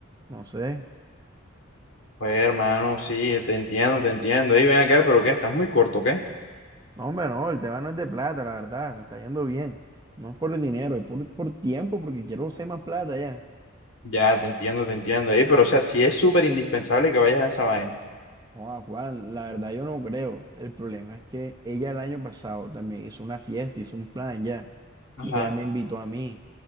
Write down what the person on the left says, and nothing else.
Pues, hermano, sí, te entiendo, te entiendo. Ey, ven acá, pero ¿qué? Estás muy corto, ¿qué?
Ya, te entiendo, te entiendo. Ey, pero, o sea, sí es súper indispensable que vayas a esa vaina.
Ajá,